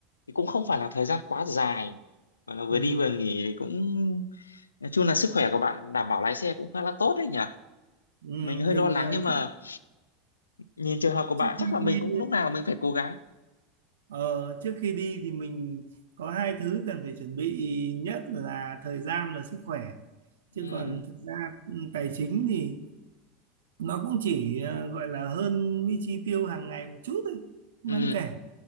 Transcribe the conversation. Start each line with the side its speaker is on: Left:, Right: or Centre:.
Left: thì cũng không phải là thời gian quá dài mà là vừa
Right: ừ,
Left: đi vừa nghỉ thì cũng nói chung là sức khỏe của bạn đảm bảo lái xe cũng khá là tốt đấy nhỉ
Right: ừ.
Left: mình
Right: mình
Left: hơi lo lắng
Right: ờ,
Left: nhưng mà
Right: trước,
Left: nhìn trường hợp của bạn
Right: trước khi
Left: chắc là mình
Right: đi
Left: cũng lúc nào mình phải cố gắng
Right: ờ, ờ, trước khi đi thì mình có hai thứ cần phải chuẩn bị nhất là thời gian và sức khỏe chứ
Left: ừ.
Right: còn thực ra ừ, tài chính thì nó cũng chỉ ờ, gọi là hơn cái chi tiêu hàng ngày một chút thôi không
Left: Ừ,
Right: đáng kể